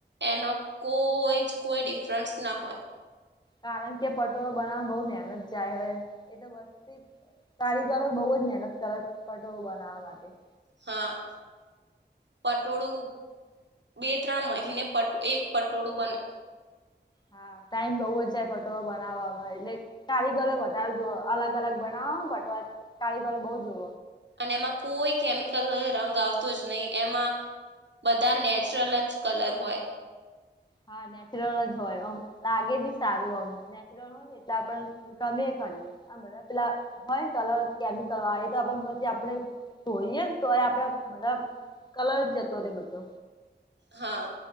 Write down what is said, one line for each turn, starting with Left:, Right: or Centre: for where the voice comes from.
Right: એનો કોઈ જ કોઈ ડિફરન્સ ના હોય.
Left: કારણ કે પટોળો બનાવવામાં બહ મહેનત જાય હોય એ તો વસ્તી. કારીગરો બહુ જ મહેનત કરે પટો બનાવવા માટે.
Right: હા. પટોળું બે ત્રણ મહિને પ એક પટોળું બને.
Left: હા ટાઈમ બઉુ જ જાય પટો બનાવવામાં એટલે. કારીગરો વધારે જુઓ અલગ અલગ બનાવો બટવા કારીગરો બઉ જઓ.
Right: અને એમાં કોઈ કેમિકલ રંગ આવતો જ નહીિ એમાં. બધા નેચરલ જ કલર હોય,
Left: હા, નેચરલ જ હોય આમ લાગે બી સારું આમ નેચર <unintelligible> હોય ને એટલે આપ ગમે બધા પેલા હોય ને ક અલ કેમિકલ આવે તો પછી આપડે જોઈએ, ને તોય આપડે બધો કલર જતો રે બધો
Right: હા,